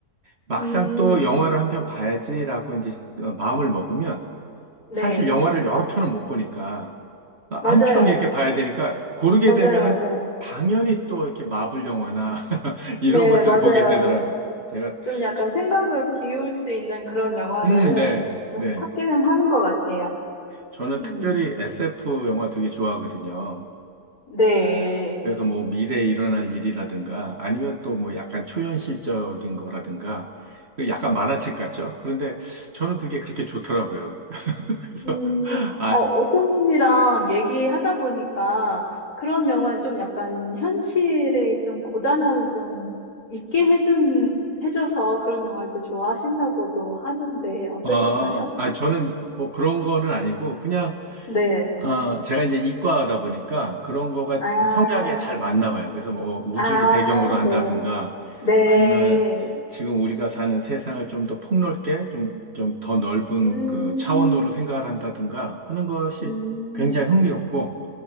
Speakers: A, on the right (about 45°); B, on the left (about 70°).
A: 막상
B: 음,
A: 또 영화를 한 편 봐야지라고 이제 어, 마음을 먹으면
B: 네.
A: 사실 영화를 여러 편을 못 보니까 아,
B: 맞아요.
A: 한 음. 편 이렇게 봐야 되니까 고르게
B: 맞아요.
A: 되면은
B: 맞아요.
A: 당연히 또 이렇게 마블 영화나 <laughs> 이런
B: 네,
A: 것들을
B: 맞아요.
A: 보게 되더라고요. 제가
B: 좀 약간
A: 저-
B: 생각을 비울 수 있는 그런 영화를
A: 음, 네,
B: 좀
A: 네.
B: 찾기는 하는 것 같아요.
A: 저는
B: 음,
A: 특별히 SF 영화 되게 좋아하거든요.
B: 네.
A: 그래서 뭐 미래에 일어날 일이라든가 아니면 또 뭐 약간 초현실적인 거라든가 그 약간 만화책 같죠. 그런데 저는 그게 그렇게 좋더라고요. <laughs> 그래서
B: 음,
A: 아,
B: 어, 어떤 분이랑 얘기하다 보니까 그런 영화는 좀 약간 현실의 좀 고단함을 좀 있게 해준, 해줘서 그런 영화를 또 좋아하신다고도 하던데 어떠신가요?
A: 아, 아, 저는 뭐 그런 거는 아니고 그냥
B: 네.
A: 아, 제가 이제 이과다 보니까 그런 거가
B: 아,
A: 성향에 잘 맞나 봐요. 그래서 뭐 우주를
B: 아,
A: 배경으로 한다든가
B: 네. 네.
A: 아니면 지금 우리가 사는 세상을 좀 더 폭넓게 좀, 좀 더 넓은
B: 음,
A: 그 차원으로 생각을 한다든가 하는 것이
B: 음,
A: 굉장히 흥미롭고